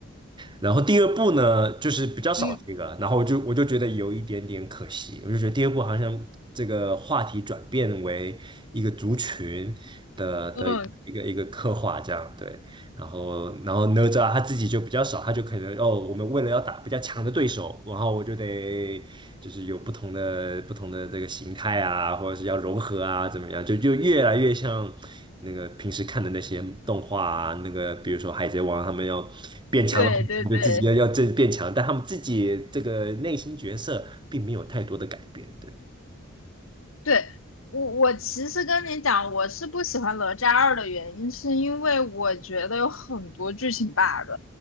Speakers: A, on the right (about 25°); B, on the left (about 85°).
A: 然后第二部呢，就是比较少这个，
B: 嗯
A: 然后我就我就觉得有一点点可惜，我就觉得第二部好像这个话题转变为一个族群的的一个一个刻画这样，
B: 嗯，
A: 对，然后，然后哪吒他自己就比较少，他就可能哦，我们为了要打比较强的对手，然后我就得就是有不同的不同的这个形态啊，或者是要融合啊，怎么样，就就越来越像那个平时看的那些动画啊，那个比如说海贼王，他们要变强了，
B: 对对对
A: 就自己要要这变强，但他们自己这个内心角色并没有太多的改变，对，
B: 对，我我其实跟你讲，我是不喜欢哪吒二的原因，是因为我觉得有很多剧情 bug，